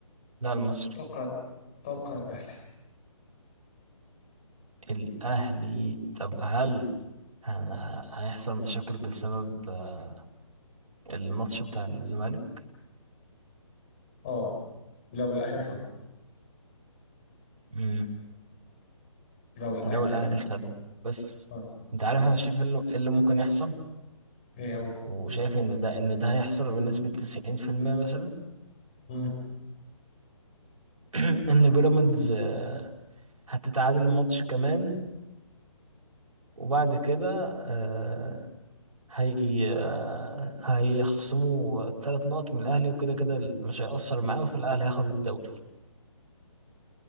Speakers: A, on the right; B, on the left.
A: لا المصري
B: اتوقع اتوقع الاهلي
A: الاهلي طب هل ه- هيحصل مشاكل بسبب آه، الماتش بتاع الزمالك
B: اه لو الاهلي خده
A: امم
B: لو الاهلي
A: لو الاهلي
B: خده
A: خده بس
B: اه
A: انت عارف انا شايف إيه اللي إيه اللي ممكن يحصل
B: ايه هو؟
A: وشايف ان ده ان ده هيحصل بنسبه 90% مثلا
B: مم.
A: <clears throat> ان بيراميدز آه، هتتعادل الماتش كمان وبعد كده آه، هي آه، هيخصموا ثلاث نقط من الأهلي وكده كده مش هيأثر معاه فالأهلي هياخد الدوري